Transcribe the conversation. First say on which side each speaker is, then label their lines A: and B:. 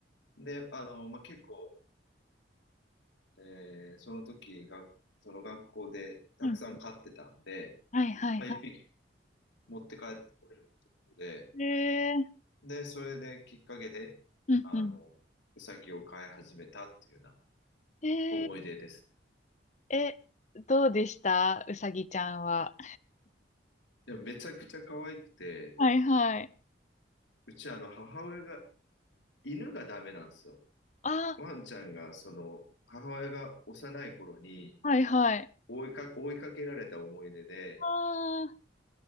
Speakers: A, on the left (about 90°); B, on the left (about 40°).
A: で、あの、まあ、結構、えーその時が、その学校でたくさん飼ってたんで、
B: うん。はいはいは
A: まあ、一匹持って帰ってこれるってことで、
B: い。えー。
A: で、それできっかけで、
B: うんうん。
A: あの、ウサギを飼い始めたっていうような
B: えー。
A: 思い出です。
B: え、どうでしたうさぎちゃんは。
A: でもめちゃくちゃ可愛くて、
B: はいはい。
A: うちあの母親が、犬がダメなんですよ。
B: あ、
A: ワンちゃんが、その、母親が幼い頃に
B: はいはい。
A: 追いか、追いかけられた思い出で、
B: あー、